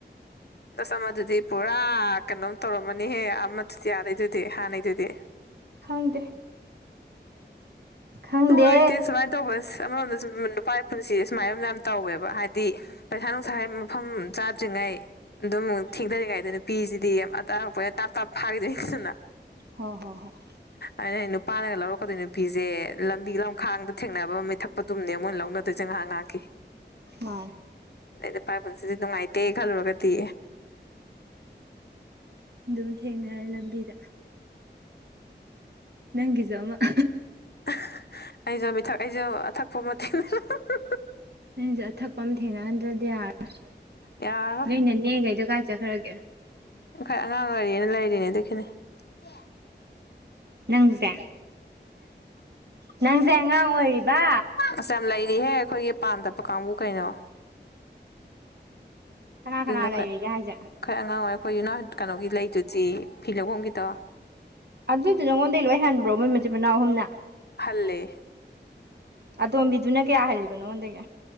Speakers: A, on the left; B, on the right.
A: ꯑꯁ ꯑꯃꯗꯨꯗꯤ ꯄꯨꯔꯥ ꯀꯩꯅꯣꯝ ꯇꯧꯔꯝꯃꯅꯤꯍꯦ ꯑꯃꯗꯨꯗꯤ ꯑꯥꯗꯩꯗꯨꯗꯤ ꯍꯥꯟꯅꯩꯗꯨꯗꯤ
B: ꯈꯪꯗꯦ ꯈꯪꯗꯦ
A: ꯅꯨꯡꯉꯥꯢꯇꯦ ꯁꯨꯃꯥꯏ ꯇꯧꯕꯁꯦ ꯑꯃꯔꯣꯝꯗꯁꯨ ꯅꯨꯄꯥꯢ ꯄꯨꯟꯁꯤꯁꯦ ꯁꯨꯃꯥꯏꯅ ꯗꯨꯝ ꯌꯥꯝ ꯇꯧꯋꯦꯕ ꯍꯥꯏꯗꯤ ꯍ ꯄꯩꯁꯥ ꯅꯨꯡꯁꯥꯢ ꯌ ꯃꯐꯝ ꯆꯥꯗ꯭꯭ꯔꯤꯉꯩꯗ ꯉꯩ ꯑꯗꯨꯝ ꯊꯦꯡꯊꯔꯤꯉꯥꯏꯗ ꯅꯨꯄꯤꯁꯤꯗꯤ ꯌꯥꯝ ꯑꯇꯔꯛꯄ ꯑꯣꯏꯅ ꯇꯥꯞ ꯇꯥꯞ ꯐꯥꯈꯤꯗꯣꯏꯅꯤꯗꯅ
B: ꯍꯣ ꯍꯣ ꯍꯣꯢ
A: ꯑꯩꯅ ꯅꯨꯄꯥꯅꯒ ꯂꯧꯔꯛꯀꯗꯣꯏ ꯅꯨꯄꯤꯖꯦ ꯂꯝꯕꯤ ꯂꯝꯈꯥꯡꯗ ꯊꯦꯡꯅꯕ ꯃꯤꯠ ꯊꯛꯄꯗꯨꯝꯅꯦ ꯃꯣꯏꯅ ꯂꯧꯅꯗꯣꯏꯁꯦ ꯉꯥꯍꯥꯛ ꯉꯥꯍꯥꯛꯀꯤ
B: ꯃꯥꯅꯦ
A: ꯑꯗꯩꯩꯗ ꯅꯨꯄꯥꯏ ꯄꯨꯟꯁꯤꯖꯦ ꯅꯨꯡꯉꯥꯏꯇꯦ ꯈꯜꯂꯨꯔꯒꯗꯤ
B: ꯑꯗꯨꯝ ꯊꯦꯡꯅꯔꯦ ꯂꯝꯕꯤꯗ ꯅꯪꯒꯤꯖꯨ ꯑꯃ ꯑꯍ
A: ꯑꯍ ꯑꯩꯁꯨ ꯃꯤꯊꯛ ꯑꯩꯁꯨ ꯑꯊꯛꯄ ꯑꯃ ꯊꯦꯡꯅ ꯑꯍꯍꯍ
B: ꯅꯪꯁꯨ ꯑꯊꯛꯄ ꯑꯃ ꯊꯦꯡꯅꯍꯟꯗ꯭ꯔꯗꯤ ꯌꯥꯔꯔꯣꯢ
A: ꯌꯥꯔꯔꯣꯏ
B: ꯅꯣꯏ ꯅꯅꯦ ꯈꯩꯗꯣ ꯀꯥꯢ ꯆꯠꯈ꯭ꯔꯒꯦ
A: ꯑꯈꯣꯢ ꯑꯉꯥꯡ ꯑꯣꯏꯔꯤꯌꯦꯅ ꯂꯩꯔꯤꯅꯦ ꯑꯗꯨꯒꯤꯅꯤ ꯆꯦ
B: ꯅꯪꯁꯦ ꯅꯪꯁꯦ ꯑꯉꯥꯡ ꯑꯣꯏꯔꯤꯕ
A: ꯑꯁ ꯂꯩꯔꯤꯍꯦ ꯑꯩꯈꯣꯏꯒꯤ ꯄꯥꯟ ꯇꯞꯄ ꯀꯥꯡꯕꯨ ꯀꯩꯅꯣ
B: ꯀꯅꯥ
A: ꯑꯗꯨꯅ
B: ꯀꯅꯥ ꯂꯩꯔꯤꯒꯦ
A: ꯈꯣꯏ
B: ꯍꯥꯏꯁꯦ
A: ꯈꯔ ꯑꯉꯥꯡ ꯑꯣꯏꯔꯤ ꯑꯩꯈꯣꯏ ꯌꯨꯅ ꯍꯣꯢ ꯀꯩꯅꯣꯒꯤ ꯂꯩꯗꯨꯗꯤ ꯐꯤ ꯂꯧꯐꯝꯒꯤꯗꯣ
B: ꯑꯗꯨꯏꯗꯨ ꯅꯉꯣꯟꯗꯒꯤ ꯂꯣꯏ ꯍꯟꯕ꯭ꯔꯣ ꯃꯣꯏ ꯃꯆꯤꯟ ꯃꯅꯥꯎ ꯑꯍꯨꯝꯅ
A: ꯍꯜꯂꯦ
B: ꯑꯇꯣꯝꯕꯤꯗꯨꯅ ꯀꯌꯥ ꯍꯜꯂꯤꯕ ꯅꯉꯣꯟꯗꯒꯤ